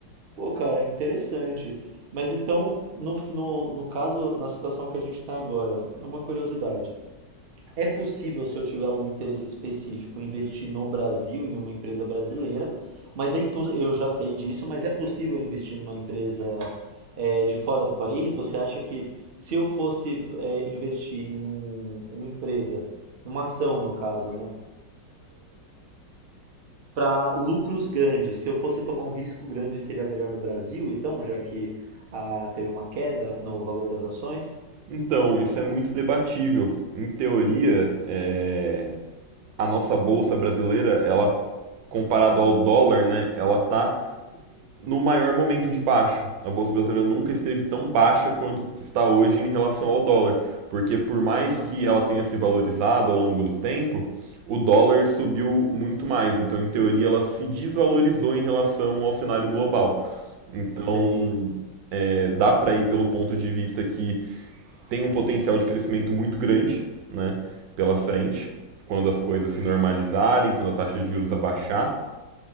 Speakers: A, on the right (about 60°); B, on the right (about 80°).
A: Pô, cara, interessante. Mas então, no, no, no caso, na situação que a gente está agora, uma curiosidade. É possível, se eu tiver algum interesse específico, investir no Brasil em uma empresa brasileira, mas é impo- eu já sei disso, mas é possível investir numa empresa eh, de fora do país? Você acha que se eu fosse eh, investir em um- uma empresa, numa ação no caso, né, para lucros grandes, se eu fosse tomar um risco grande, seria melhor no Brasil, então, já que ah, teve uma queda no valor das ações?
B: Então, isso é muito debatível. Em teoria, é, a nossa bolsa brasileira, ela comparado ao dólar, né, ela tá no maior momento de baixa. A bolsa brasileira nunca esteve tão baixa quanto está hoje em relação ao dólar, porque por
A: Ah,
B: mais que ela tenha se valorizado ao longo do tempo, o dólar subiu muito mais. Então, em teoria, ela se desvalorizou em relação ao cenário global. Então,
A: entendo.
B: é, dá para ir pelo ponto de vista que tem um potencial de crescimento muito grande, né, pela frente, quando as coisas se normalizarem, quando a taxa de juros abaixar.